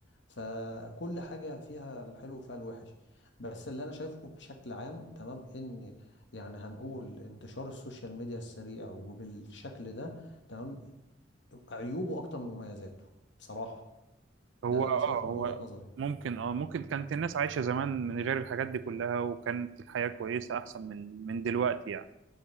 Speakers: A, on the left; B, on the right.
A: فكل حاجة فيها الحلو وفيها الوحش بس اللي أنا شايفه بشكل عام تمام إن يعني هنقول انتشار السوشيال ميديا السريع وبالشكل ده تمام عيوبه أكتر من مميزاته بصراحة
B: هو
A: ده اللي
B: اه
A: أنا شايفه
B: هو
A: من وجهة نظري
B: ممكن اه ممكن كانت الناس عايشة زمان من غير الحاجات دي كلها وكانت الحياة كويسة احسن من من دلوقتي يعني